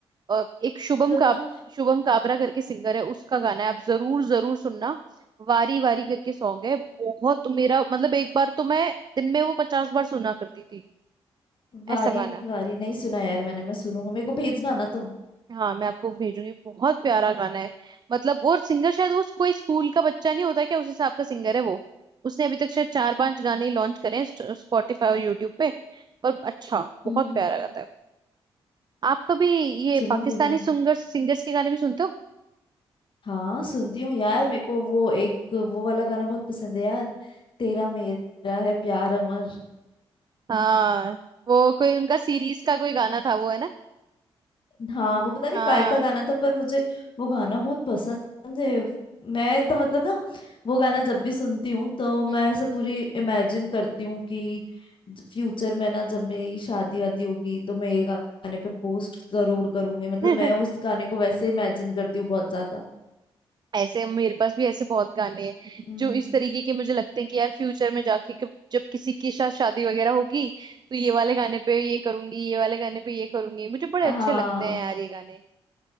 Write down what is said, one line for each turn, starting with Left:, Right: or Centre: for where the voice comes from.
Right: अ, एक शुभम
Left: मतलब
Right: का
Left: ना
Right: शुभम काबरा करके सिंगर है उसका गाना है आप जरूर जरूर सुनना वारी वारी करके सॉन्ग है बहुत मेरा मतलब एक बार तो मैं दिन में वो पचास बार सुना करती थी
Left: वारी
Right: ऐसा गाना
Left: वारी नहीं सुना यार मैंने मैं सुनूंगा मेरे को भेजना ना तुम
Right: हाँ मैं आपको भेजूंगी बहुत प्यारा गाना है मतलब और सिंगर शायद वो कोई स्कूल का बच्चा नहीं होता क्या उस हिसाब का सिंगर है वो उसने अभी तक शायद चार पांच गाने ही लॉन्च करे हैं स्पॉटिफाई और यूट्यूब पे पर अच्छा बहुत
Left: हम्म हम्म।
Right: प्यारा गाता है आप कभी ये
Left: सुनूंगी
Right: पाकिस्तानी
Left: मैं
Right: सिंगर सिंगर्स के गाने भी सुनते हो
Left: हाँ सुनती हूँ यार मेरे को वो एक वो वाला गाना बहुत पसंद है यार तेरा मेरा है प्यार अमर
Right: हाँ वो कोई उनका सीरीज का कोई गाना था वो है ना
Left: हाँ वो पता नहीं
Right: हाँ
Left: काय का गाना था पर मुझे वो गाना बहुत पसंद है मैं तो मतलब ना वो गाना जब भी सुनती हूँ तो मैं
Right: हम्म
Left: ऐसे पूरी इमेजिन करती हूँ कि फ्यूचर में ना जब मेरी शादी वादी होगी तो मैं ये गाने पे पोस्ट जरूर करूंगी मतलब
Right: <laughs>
Left: मैं उस गाने को वैसे इमेजिन करती हूँ बहुत ज्यादा
Right: ऐसे मेरे पास भी ऐसे बहुत गाने हैं
Left: हम्म
Right: जो इस तरीके के मुझे लगते हैं कि यार फ्यूचर में जाके कब- जब किसी के साथ शादी वगैरह होगी तो ये वाले गाने पे ये करूंगी ये वाले गाने पे ये करूंगी मुझे बड़े
Left: हाँ
Right: अच्छे लगते हैं यार ये गाने